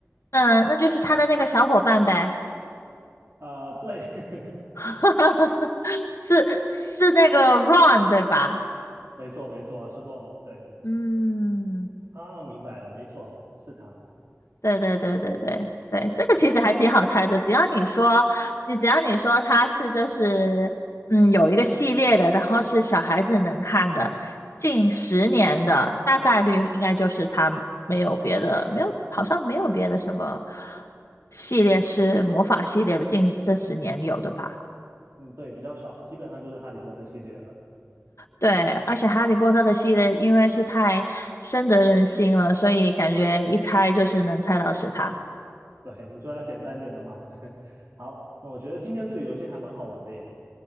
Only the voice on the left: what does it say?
嗯、那就是他的那个小伙伴呗。
<laughs> 是是那个 r u n 对吧？
嗯，
对对对对对对，这个其实还挺好猜的，只要你说，你只要你说它是就是嗯有一个系列的，然后是小孩子能看的，近十年的，大概率应该就是它没有别的，没有好像没有别的什么系列是魔法系列的，近这十年有的吧。
对，而且《哈利波特》的系列因为是太深得人心了，所以感觉一猜就是能猜到是他。